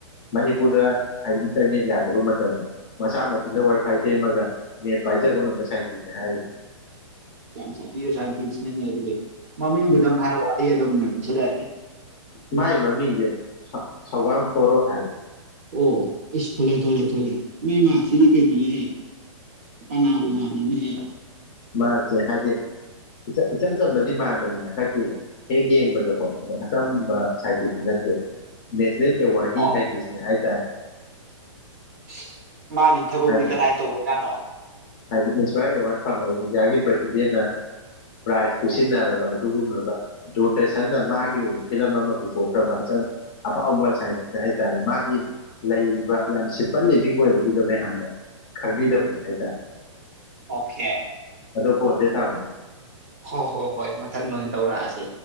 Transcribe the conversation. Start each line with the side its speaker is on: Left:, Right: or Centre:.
Left: ꯃꯅꯤꯄꯨꯔꯗ ꯍꯥꯏꯗꯤ ꯏꯟꯇꯔꯅꯦꯠ ꯌꯥꯗꯕ ꯃꯇꯝꯗ ꯃꯁꯥ ꯃꯊꯟꯟꯗ
Right: ꯎꯝ
Left: ꯋꯥꯏ ꯐꯥꯏ ꯁꯦꯝꯃꯒ ꯅꯦꯠ ꯄꯥꯏꯖꯕ ꯉꯝꯕ ꯁꯛꯇꯤꯅꯤ ꯍꯥꯏꯔꯤ
Right: ꯌꯥꯝ ꯁꯥꯇꯕ ꯁꯥꯏꯟꯇꯤꯁ ꯅꯤꯅꯦ ꯑꯗꯨꯗꯤ ꯃꯃꯤꯡꯗꯨꯗꯪ ꯍꯥꯏꯔꯛꯑꯣ ꯑꯩ ꯑꯗꯨꯝ ꯁꯤꯗꯦ
Left: ꯃꯥꯏ ꯃꯃꯤꯡꯁꯦ ꯁꯧ ꯁꯧꯕꯥꯝ ꯄꯔꯣ ꯊꯅꯤ
Right: ꯑꯣ ꯑꯦꯁ ꯊꯣꯂꯛꯦ ꯊꯣꯂꯦ ꯊ ꯊꯣꯛꯂꯦ ꯃꯩ ꯃꯥꯁꯤꯗꯤ ꯀꯩꯅꯣꯅꯦ ꯄꯅꯥꯕꯨ ꯃꯥꯜꯂꯤꯅꯦꯍ
Left: ꯃꯥꯗꯦ ꯍꯥꯏꯗꯤ ꯏꯆꯝ ꯆꯝꯕꯗꯤ ꯃꯥꯟꯕꯅꯤꯅ ꯁꯛꯇꯤꯕꯅꯤ ꯍꯦꯛ ꯌꯦꯡꯕꯗ ꯀꯣ ꯐꯖꯥꯅ ꯆꯝꯕ ꯍꯥꯏꯕꯗꯤ ꯅꯠꯇꯦ ꯅꯦꯠ ꯁꯅꯦꯜ ꯑꯦꯋꯥꯔꯗꯤ
Right: ꯑꯣ
Left: ꯍꯥꯏꯐꯤꯁꯅꯦ ꯍꯥꯏꯇꯥꯔꯦ
Right: ꯁꯤꯁ ꯃꯥꯗꯤ ꯊꯕꯛꯇꯤ
Left: ꯍꯥꯏꯗꯤ
Right: ꯀꯗꯥꯥꯏ ꯇꯧꯕꯖꯥꯠꯅꯣ
Left: ꯍꯥꯏꯗꯤ ꯏꯟꯁꯄꯥꯌꯔ ꯑꯦꯋꯥꯔꯗ ꯐꯪꯉꯥꯕ ꯏꯟꯗꯤꯌꯥꯒꯤ ꯄ꯭ꯔꯦꯁꯤꯗꯦꯟꯠꯅ ꯄ꯭ꯔꯥꯏꯖ ꯈꯨꯁꯤꯟꯅꯔꯕ ꯑꯗꯨꯒꯨꯝꯂꯕ ꯗꯨꯔꯗꯔꯁꯟꯅ ꯃꯥꯒꯤ ꯑꯣꯏꯕ ꯐꯤꯂꯝ ꯑꯃ ꯄꯨꯊꯣꯛꯈ꯭ꯔꯕ ꯑꯆꯝ ꯑꯐꯥꯎꯕꯥ ꯁꯥꯢꯟꯇꯤꯁꯅꯦ ꯍꯥꯏ ꯇꯔꯦ ꯃꯥꯒꯤ ꯂꯩꯔꯤꯕ ꯌꯥꯝ ꯁꯤꯝꯄꯜ ꯂꯤꯚꯤꯡ ꯑꯣꯏꯕꯗꯨꯗ ꯃꯌꯥꯝꯅ ꯈꯪꯕꯤꯗꯕꯅꯤ ꯍꯥꯏ ꯇꯥꯔꯦ
Right: ꯑꯣꯀꯦ
Left: ꯑꯗꯣ ꯄꯣꯟꯗꯦ ꯊꯥꯕꯅꯤ
Right: ꯍꯣꯏ ꯍꯣꯏ ꯍꯣꯏ ꯃꯊꯪ ꯅꯣꯏꯅ ꯇꯧꯔꯛꯑꯁꯦ